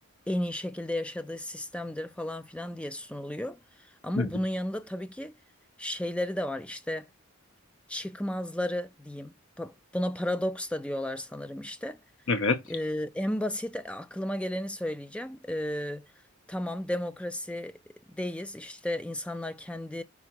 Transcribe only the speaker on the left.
Hı hı.
Evet.